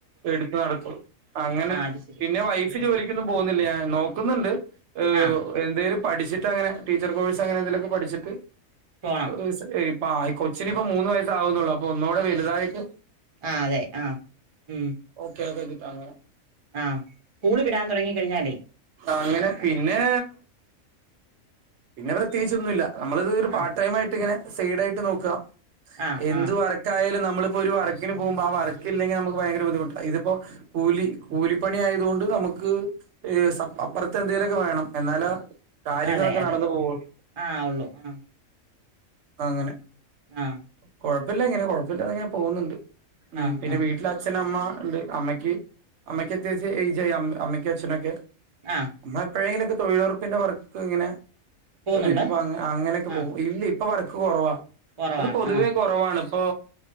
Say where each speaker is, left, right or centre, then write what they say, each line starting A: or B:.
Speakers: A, on the right (about 65°); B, on the right (about 50°).
A: എടുത്ത് നടത്തും അങ്ങനെ
B: അത് ശരി
A: പിന്നെ വൈഫ്
B: ഉം
A: ജോലിക്കൊന്നും പോവുന്നില്ല്യ നോക്കുന്നുണ്ട് ഏഹ്
B: ആ
A: എന്തേലും പഠിച്ചിട്ടങ്ങനെ ടീച്ചർ കോഴ്സ് അങ്ങനെ എന്തെലൊക്കെ പഠിച്ചിട്ട്
B: പോണം
A: എ് സ് ഈ പ്പാ കൊച്ചിന് ഇപ്പ മൂന്ന് വയസ്സ് ആവുന്നുള്ളൂ അപ്പൊ ഒന്നൂടെ വലുതായിട്ട്
B: ആഹ് അതെ ആഹ് ഉം
A: ഓക്കെ ആക്കാച്ചിട്ടാ അങ്ങനെ
B: ആഹ് സ്കൂളിവിടാൻ തൊടങ്ങിക്കഴിഞ്ഞാലേ
A: അങ്ങനെ പിന്നെ പിന്നെ പ്രത്യേകിച്ച് ഒന്നുല്ല നമ്മളത് ഒരു പാർട്ട്
B: ആഹ്
A: ടൈം ആയിട്ട് ഇങ്ങനെ സൈഡ് ആയിട്ട് നോക്ക
B: ആഹ്
A: എന്തു
B: ആഹ്
A: വർ ക്കായാലും നമ്മളിപ്പോ ഒരു വർക്കിന് പോവുമ്പോ ആ വർക്കില്ലെങ്കിൽ നമുക്ക് ഭയങ്കര ബുദ്ധിമുട്ട ഇതിപ്പോ കൂലി കൂലിപ്പണി ആയതുകൊണ്ട് നമുക്ക് ഈ സപ് അപ്പറത്ത് എന്തെലൊക്കെ വേണം എന്നാല കാര്യങ്ങളൊക്കെ
B: അതെ അതെ
A: നടന്ന് പോവുള്ളു
B: ആഹ് ഉള്ളൂ ആഹ്
A: അങ്ങനെ
B: മ്
A: കൊഴപ്പില്ല ഇങ്ങനെ കൊഴപ്പില്ലാതിങ്ങനെ പോവുന്നുണ്ട് ഉം
B: ആഹ്
A: പിന്നെ
B: ആഹ്
A: വീട്ടില് അ ച്ഛൻ അമ്മ ഇണ്ട് അമ്മക്ക് അമ്മയ്ക്കത്യാവശ്യം എയ്ജ് ആയി അമ്മ അമ്മയ്ക്ക് അച്ഛനൊക്കെ
B: ആഹ്
A: മ്മ എപ്പോഴെങ്കിലൊക്കെ തൊഴിലുറപ്പിന്റെ വർക്ക് ഇങ്ങനെ
B: പോകുന്നുണ്ട്
A: വരുമ്പോ അങ്ങ അങ്ങനെക്കെ
B: ആഹ്
A: പോവും ഇല്ല ഇപ്പൊ വർക്ക് കൊറവാ
B: കുറവാണ്
A: അത് പൊതുവേ
B: ആഹ്
A: കൊ റവാണ് ഇപ്പോ